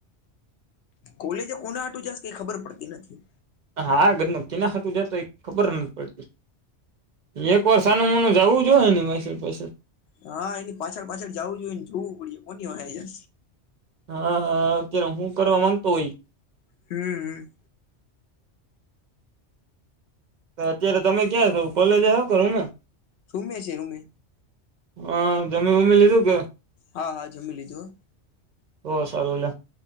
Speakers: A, on the left; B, on the right.
A: કોલેજે કોના આટું જશ કઈ ખબર પડતી નથી
B: હા ગજ ન કીનાતું જતો એ ખબર નથી પડતી એક વર્ષ નનું મોનું જવું જ હોય ને પસે પૈસે
A: હા એની પાછળ પાછળ જવું જોઈએ ને જોવું પડે કોની હોય
B: હા અત્યારે હું કરવા માંગતો હોય
A: હમ
B: તો અત્યારે તમે ક્યાં છો કોલેજ હવ કે રૂમ માં
A: રૂમે છે રૂમે
B: હા જમી વમી લીધું કે
A: હા હા જમી લીધું હો
B: હો સારું લે